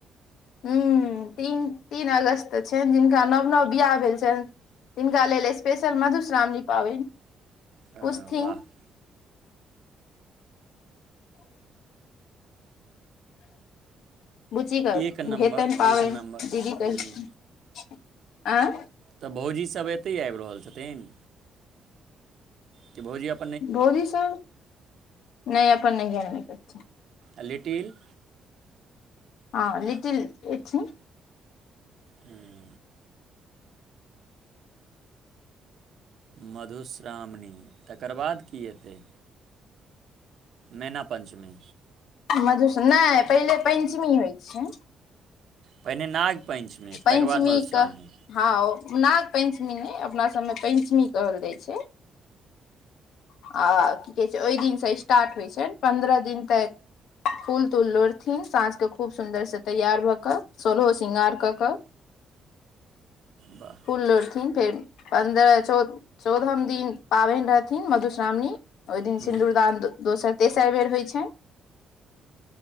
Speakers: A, on the left; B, on the right.
A: ह्म तीन तीन अगस्त त छनि जिनका नव नव बिवाह भेल छनि तिनका लेल स्पेशल मधुश्रावणी पाबनि
B: अ,
A: पुछथिन
B: वाह
A: बुचीे कऽ
B: एक नम्बर
A: हेतन पाबनि
B: एक नम्बर
A: दीदी कहैत
B: हूँ
A: आँय
B: तब भउजी सब ऐतै आइब रहल छथिन कि भउजी अप
A: भउजी सब नहि अपन नहियर मे गेल छै
B: आ लिटिल
A: हँ लिटिल एथिन
B: हूंम्म मधुश्रावणी तकर बाद की एतै मैना पञ्चमी
A: मधुश्र नहि पहिले पञ्चमी होइत छै
B: पहिने नागपञ्चमी
A: पञ्चमी
B: तकर बाद मधुश्रावणी
A: के हँ ओ नाग पञ्चमी नहि अपना सभमे पञ्चमी कहल जाइत छै आ की कहै छै ओहि दिनसँ स्टार्ट होइ छनि पन्द्रह दिन तक फूल तूल लोढ़थिन साँझ के खूब सुन्दर से तैयार भऽ कऽ सोलहो श्रृंगार कऽ कऽ
B: वाह
A: फुल लोढ़थिन फेर पन्द्रह चौ चौदहम दिन पाबनि रहथिन मधुश्रावणी ओहि दिन
B: हूँ
A: सिन्दूरदान दोसर तेसर बेर होइत छै